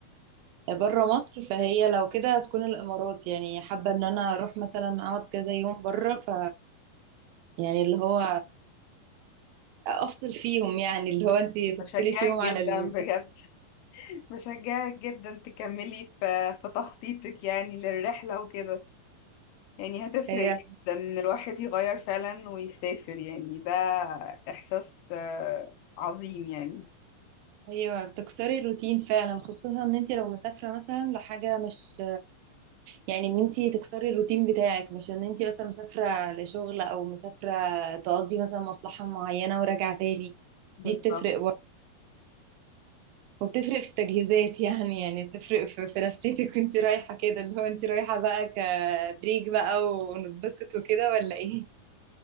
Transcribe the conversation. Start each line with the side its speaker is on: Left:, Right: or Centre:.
Right: بره مصر فهي لو كده هتكون الامارات يعني حابه ان انا اروح مثلا اقعد كذا يوم بره ف يعني اللي هو افصل فيهم يعني اللي هو انت
Left: بشجعك
Right: تفصلي فيهم
Left: جدا
Right: عن الجو
Left: بجد <laughs> بشجعك جدا تكملي في في تخطيطك يعني للرحلة وكده يعني هتفرق
Right: هي
Left: جدا ان الواحد يغير فعلا ويسافر يعني ده احساس آه، عظيم يعني
Right: ايوه بتكسري الروتين فعلا خصوصا ان انت لو مسافره مثلا لحاجه مش يعني ان انت تكسري الروتين بتاعك مش ان انت مثلا مسافره لشغل او مسافره تقضي مثلا مصلحه معينه وراجعه تاني
Left: بالظبط
Right: دي بتفرق برضه وبتفرق في التجهيزات <laughs> يعني يعني بتفرق في, في نفسيتك وانت رايحه كده اللي هو انت رايحه بقى كبريك بقى ونتبسط وكده ولا ايه